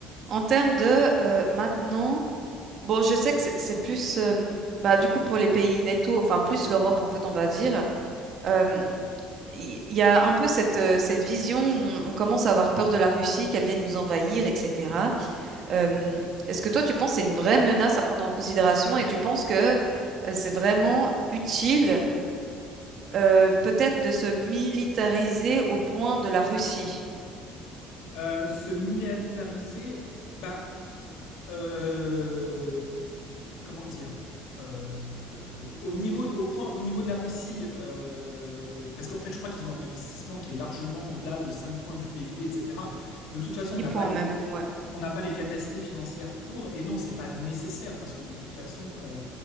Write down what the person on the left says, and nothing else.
Euh, se militariser, bah. euh, comment dire, euh, au niveau, au point, au niveau de la Russie, euh, parce qu'en fait, je crois qu'ils ont un investissement qui est largement au-delà de 5 points du PIB, etc. De toute façon,
on n'a
pas
on n'a pas les capacités financières pour, et non, c'est pas nécessaire parce que de toute façon, euh,